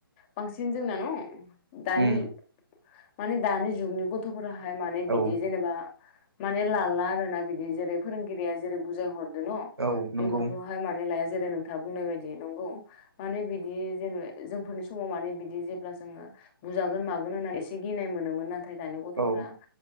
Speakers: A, on the left; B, on the right.
A: बांसिन जोंना न दानि
B: उम
A: माने दानि जुगनि गथ'फोराहाय माने बिदि
B: औ
A: जेनेबा माने लाला आरोना बिदि जेरै फोरोंगिरिया जेरै बुजाय हरदो न
B: औ नंगौ
A: बेफोरखौह लाया जेरै नोंथाङा बुंनाय बायदि नंगौ माने बिदि जेनबा जोंफोरनि समाव माने बिदि जेब्ला जोङो बुजागोन मागोन होननानै एसे गिनाय मोनोमोन न थाय दानि गथ'फोरा्रा
B: औ